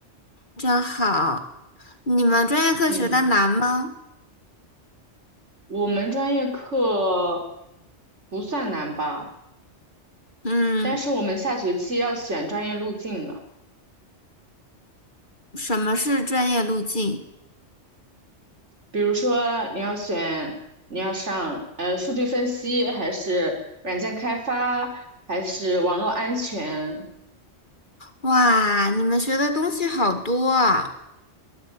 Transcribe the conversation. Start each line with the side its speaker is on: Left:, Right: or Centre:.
Left: 真好。你们专业课学的难吗？
Right: 嗯，我们专业课不算难吧，
Left: 嗯，
Right: 但是我们下学期要选专业路径了。
Left: 什么是专业路径？
Right: 比如说你要选你要上呃数据分析，还是软件开发，还是网络安全？
Left: 哇，你们学的东西好多啊。